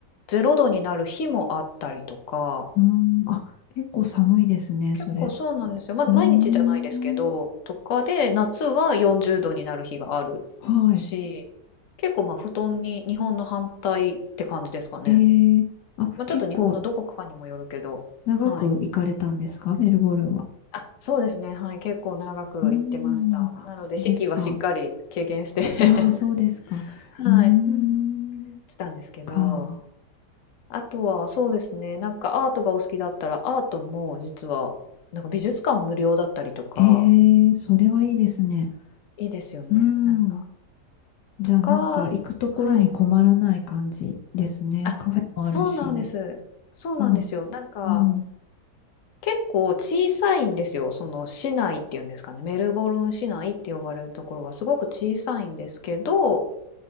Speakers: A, on the left; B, on the left.
A: 0度になる日もあったりとか
B: うーん。あ、結構寒いですね、
A: 結構そうなんですよ、
B: それ。
A: まあ、
B: うーん。
A: 毎日じゃないですけどとかで夏は40度になる日がある
B: はい。
A: し結構まあ布団に日本の反対って感じですかね、
B: ええあ、
A: まあ、ちょっと日本のどこかにもよるけどはい
B: 結構長く行かれたんですか、メルボルンは。
A: あそうですねはい結構長く行ってましたなので四季はしっかり経験して
B: うーん。あ、そうですか。
A: <laughs>
B: ああ、そうですか。
A: はい、
B: うーん。
A: うん、来たんですけど
B: か。
A: あとはそうですね、なんかアートがお好きだったらアートも実はなんか美術館無料だったりとか
B: ええそれはいいですね。
A: いいですよね。
B: うーん。
A: なんか
B: じゃあ、
A: とか、
B: なんか行くところに困らない感じですね。
A: はい。あ、
B: カフェもあるし。
A: そうなんです。そうなんですよ。
B: しかも、
A: なんか
B: うん。
A: 結構小さいんですよ。その市内っていうんですかね。メルボルン市内って呼ばれるところはすごく小さいんですけど、